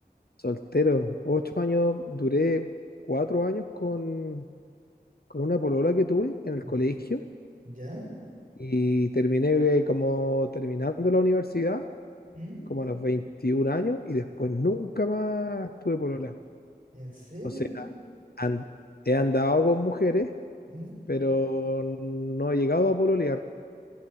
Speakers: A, on the left; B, on the right.
A: Soltero, ocho años, duré cuatro años con, con una polola que tuve en
B: Ye-
A: el colegio
B: ¿Ya?
A: y terminé eh, como terminando la universidad,
B: ¿Mm?
A: como a los 21 años y después nunca más tuve polola.
B: ¿En serio?
A: O sea, an- he andado con mujeres,
B: ¿Mm?
A: pero no he llegado a pololear.